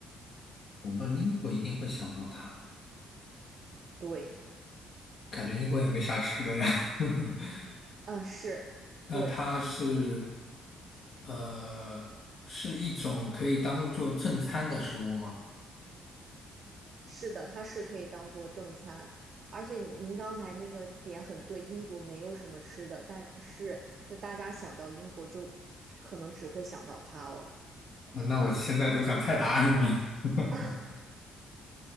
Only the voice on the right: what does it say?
对，
嗯，是，
对，
是的，它是可以当做正餐，而且您刚才那个点很对，英国没有什么吃的，但是就大家想到英国就可能只会想到它了。
<laughs>